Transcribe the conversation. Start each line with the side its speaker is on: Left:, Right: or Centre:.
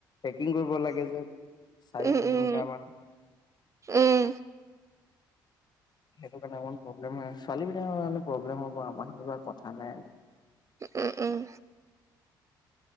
Left: ট্ৰেকিং কৰিব লাগে যে চাৰি
Right: উম
Left: কিলোমিটাৰমান
Right: উম উম
Left: সেইটো কাৰণে অকমান প্ৰব্লেম হয় ছোৱালী বিলাকৰ কাৰণে প্ৰব্লেম হ'ব আমাৰ খিনিবা কথা নাই
Right: উম উম